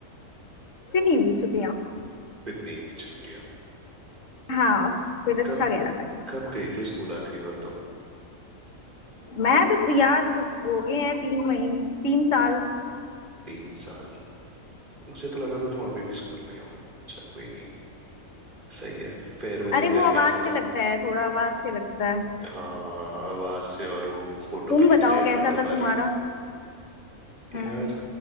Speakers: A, on the left; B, on the right.
A: फिर नहीं हुई छुट्टियां
B: फिर नहीं हुई छुट्टियां
A: हाँ फिर अच्छा
B: कब
A: गया था
B: कब गई थी स्कूल आखिरी बार तुम
A: मैं तो यार तो हो गए हैं तीन महीने तीन साल
B: तीन साल मुझे तो लगा था तुम अभी भी स्कूल में ही हो अच्छा कोई नहीं सही है फेयरवेल
A: अरे
B: वगैरह
A: वो आवाज
B: कैसा
A: से
B: था
A: लगता है थोड़ा आवाज से लगता है
B: हाँ आवाज से और वो फोटो
A: तुम
B: भी दिख
A: बताओ
B: रही है
A: कैसा
B: ना तुम्हारी
A: था तुम्हारा
B: यार
A: हम्म